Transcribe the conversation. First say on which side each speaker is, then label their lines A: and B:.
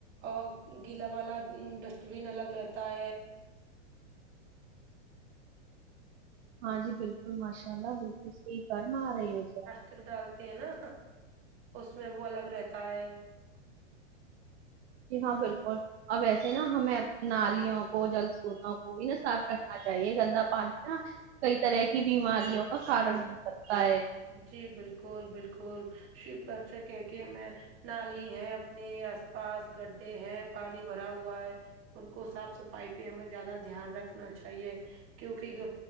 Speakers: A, on the right; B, on the right.
A: اور گیلا والا ڈسٹ بن الگ رہتا ہے
B: ہاں جی بالکل ماشاء اللہ بالکل صحیح فرما رہی ہو جی
A: تک ڈالتے ہیں نا اس میں وہ الگ رہتا ہے
B: جی ہاں بالکل اب ویسے نا ہمیں نالیوں کو جل سروتوں کو بھی نا صاف رکھنا چاہیے گندا پانی نا کئی طرح کی بیماریوں کا کارن بن سکتا ہے
A: جی بالکل بالکل <unintelligible> شیو پررشا <unintelligible> کہ کے میں نالی ہے اپنے آس پاس گڈھے ہیں پانی بھرا ہوا ہے ان کو صاف صفائی پہ ہمیں زیادہ دھیان رکھنا چاہیے کیونکہ